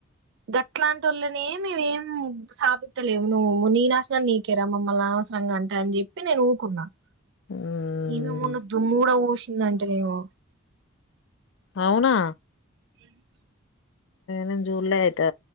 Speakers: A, on the right; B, on the left.
A: గట్లాంటి వాళ్ళనేమివేమి స్థాపిస్తలేవు నువ్వు నీ నాసినం నీకేరా మమ్మల్ని అనవసరంగా అంటే అని చెప్పి నేను ఊకున్నాను
B: ఉమ్
A: ఏమేమున్న దుమ్ము కూడా పోసిందంటేనేమో
B: అవునా
A: ఆవున
B: నేను చూడలే అయితే